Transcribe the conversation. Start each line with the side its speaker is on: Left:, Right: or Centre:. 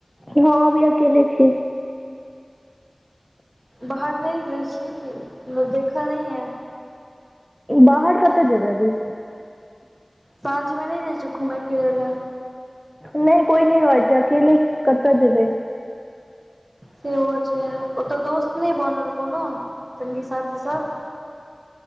Centre: हँ अभी अकेले छिये
Right: बाहर नहि निकलै छी कि मतलब देखल नहि यऽ
Centre: बाहर कतअ जेबै अभी
Right: साँझ मे नहि जाइ छिय घुमै फिरै लऽ
Centre: नहि कोई नहि रहै छै अकेले कतअ जेबै
Right: सेहो छै ओतअ दोस्त नहि बनल कोनो संगी साथी सब